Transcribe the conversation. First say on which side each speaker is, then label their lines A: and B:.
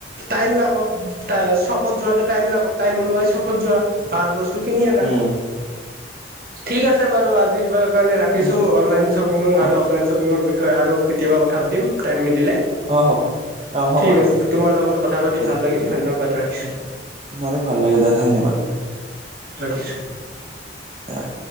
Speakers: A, on the right; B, on the right.
A: টাইম লাগক চপত যোৱাটো টাইম লাগক টাইম ওলোৱাই চপত যোৱা ভাল বস্তু তোৰ কিনি আনা
B: উম
A: ঠিক আছে বাৰু আজিৰ ব কাৰণে ৰাখিছো
B: অহ
A: অনলাইন শ্বপিং আৰু
B: অহ
A: অফলাচপিঙৰ ব হয় আৰু কেতিয়াবা কথা পাতিম টাইম মিলে
B: অহ হ'ব অহ হ'ব
A: ঠিক
B: দে
A: আছে তোমাৰ লগত কথা পাতি
B: দে
A: ভাল লাগিল ধন্যবাদ ৰাখি। কিছো
B: মোৰো ভাল লাগিলে ধন্যবাদ
A: ৰাতি
B: ৰাখিম